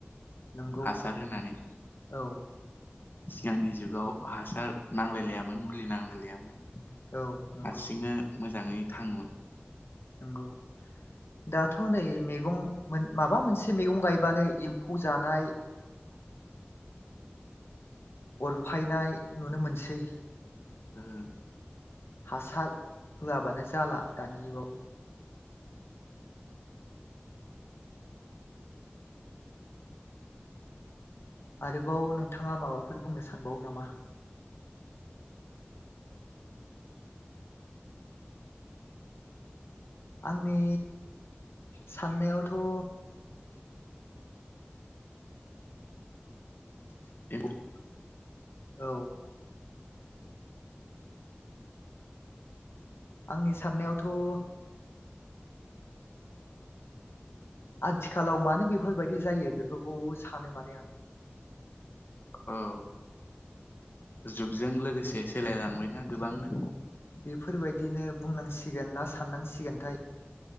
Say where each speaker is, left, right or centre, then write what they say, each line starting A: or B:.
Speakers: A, on the left; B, on the left.
A: नंगौ
B: हासार होनानै
A: औ
B: सिगांनि जुगाव हासार नांलाय लायामोन मुलि नांलाय लायामोन
A: औ नंगौ
B: हारसिंनो मोजाङै थाङोमोन
A: नंगौ दाथ' नै मैगं माबा मोनसे मैगं गायबानोै एम्फौ जानाय
B: <unintelligible> <inaudible>
A: अरफायनाय नुनो मोनसै
B: ओं
A: हासार होआबानो जाला दानि जुगाव आरोबाव नोंथाङा माबाफोर बुंनो सानबावो नामा आंनि साननायावथ'
B: <unintelligible> <inaudible>
A: औ आंनि साननायावथ' आथिखालाव मानो बेफोरबायदि जायो बेफोरखौ सानो माने आं
B: औ जुगजों लोगोसे सोलायलांबायना गोबांनो
A: बेफोरबायदिनो बुंनांसिगोन ना साननांसिगोनथाय